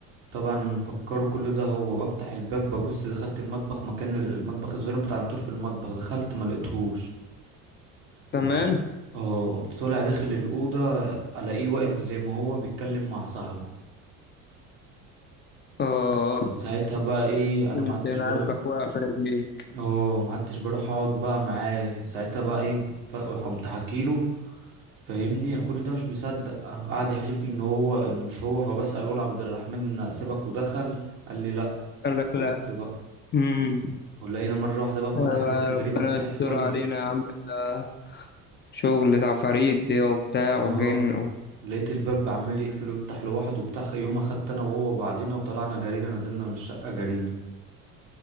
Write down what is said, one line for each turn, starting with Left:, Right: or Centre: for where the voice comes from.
Right: طبعا انا مفكره كل ده هو بفتح الباب ببص دخلت المطبخ مكان المطبخ الزرار بتاع الماتور في المطبخ دخلت ما لقيتهوش
Left: كمان
Right: قمت اه قمت طالع داخل الأوضة ألاقيه واقف زي ما هو بيتكلم مع صاحبه
Left: اه
Right: من ساعتها بقى ايه انا
Left: انت
Right: ما عدتش
Left: انا
Right: بروح
Left: قلبك وقع في رجليك
Right: اه ما عدتش بروح اقعد بقى معاه ساعتها بقى اي بقى، قمت حكيله فاهمني انا كل ده مش مصدق قعد يحلف لي ان هو ان مش هو فبسأل ولا عبد الرحمن سيبك ودخل قال لي لا
Left: قال لك لا
Right: خفت بقى
Left: امم
Right: ولقينا مرة واحدة بقى فجأة
Left: آه،
Right: حاجات
Left: ربنا
Right: غريبة بتحصل
Left: يستر علينا يا عم ده شغل عفاريت دي وبتاع
Right: اه
Left: وجن
Right: لقيت الباب عمال يقفل ويفتح لوحده وبتاع يوم خدت انا وهو بعضينا وطلعنا جرينا نزلنا من الشقة جرينا